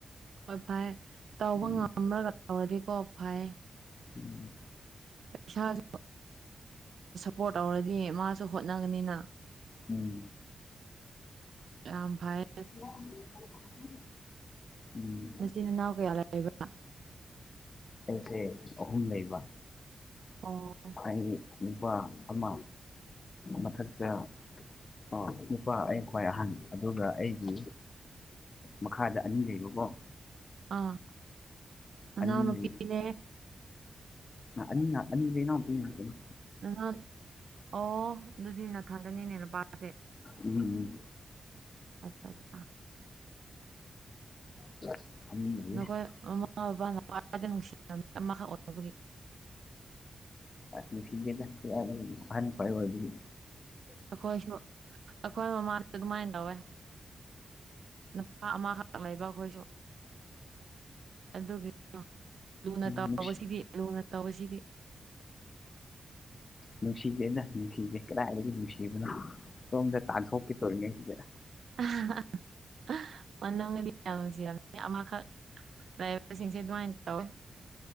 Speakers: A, on the right (about 65°); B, on the left (about 40°).
A: ꯍꯣꯏ ꯐꯌꯦ ꯇꯧꯕ
B: ꯎꯝ
A: ꯉꯝꯃ꯭ꯔꯒ ꯇꯧꯔꯗꯤꯀꯣ ꯐꯩꯌꯦ
B: ꯎꯝ
A: <unintelligible> ꯄꯣꯔꯠ ꯇꯧꯔꯗꯤ ꯃꯥꯁꯨ ꯍꯣꯠꯅꯒꯅꯤꯅ
B: ꯎꯝ
A: ꯌꯥꯝ ꯐꯥꯏ
B: <unintelligible> ꯎꯝ
A: ꯅꯆꯤꯟ ꯅꯅꯥꯎ ꯀꯌꯥ ꯂꯩꯕ꯭ꯔꯥ
B: ꯑꯩꯁꯦ ꯑꯍꯨꯝ ꯂꯩꯕ
A: ꯑꯣ
B: ꯑꯩ ꯅꯨꯄꯥ ꯑꯃ ꯃꯊꯛꯇ ꯑꯣ ꯅꯨꯄꯥ ꯑꯩ ꯈ꯭ꯋꯥꯏ ꯑꯍꯟ ꯑꯗꯨꯒ ꯑꯩꯒꯤ ꯃꯈꯥꯗ ꯑꯅꯤ ꯂꯩꯕꯀꯣ
A: ꯑꯥ ꯅꯅꯥꯎꯅꯨꯄꯤꯅꯦ
B: ꯑꯅꯤ ꯑꯥ ꯑꯅꯤ ꯉꯥꯛ ꯑꯅꯤꯗꯣ ꯏꯅꯥꯎꯄꯤ ꯉꯥꯛꯇꯅꯦ
A: <unintelligible> ꯑꯣ ꯑꯗꯨꯗꯤ ꯅꯊꯥꯟꯇꯅꯤꯅꯦ ꯅꯨꯄꯥꯁꯦ
B: ꯎꯝ
A: ꯑꯆꯥ
B: <inaudible>
A: ꯅꯈꯣꯏ ꯃꯃꯥ ꯕꯕꯥꯅ ꯈꯋꯥꯏꯗ ꯅꯨꯡꯁꯤꯔꯕ ꯑꯃꯈꯛ ꯑꯣꯏꯕꯒꯤ
B: ꯑꯁ ꯅꯨꯡꯁꯤꯗꯦꯗꯥ <unintelligible> ꯑꯍꯟ ꯈꯋꯥꯏ ꯑꯣꯏꯕꯒꯤ
A: ꯑꯩꯈꯣꯏꯁꯨ ꯑꯩꯈꯣꯏ ꯃꯃꯥꯁꯨ ꯑꯗꯨꯃꯥꯏꯅ ꯇꯧꯋꯦ ꯅꯨꯄꯥ ꯑꯃꯈꯛꯇ ꯂꯩꯕ ꯑꯩꯈꯣꯏꯁꯨ ꯑꯗꯨꯒꯤ ꯂꯨꯅ
B: ꯅꯨꯡꯁꯤ
A: ꯇꯧꯕꯁꯤꯗꯤ ꯂꯨꯅ ꯇꯧꯕꯁꯤꯗꯤ
B: ꯅꯨꯡꯁꯤꯗꯦꯗ ꯅꯨꯡꯁꯤꯗꯦ ꯀꯗꯥꯏꯗꯒꯤ ꯅꯨꯡꯁꯤꯕꯅꯣ ꯁꯣꯝꯗ ꯇꯥꯟꯊꯣꯛꯀꯦ ꯇꯧꯔꯤꯉꯩꯁꯤꯗ
A: <unintelligible> ꯃꯥꯅꯨꯡꯗꯗꯤ ꯌꯥꯝ ꯅꯨꯡꯁꯤꯔꯝꯅꯤ ꯑꯃꯈꯛ ꯂꯩꯕꯁꯤꯡꯁꯦ ꯑꯗꯨꯃꯥꯏꯅ ꯇꯧꯋꯦ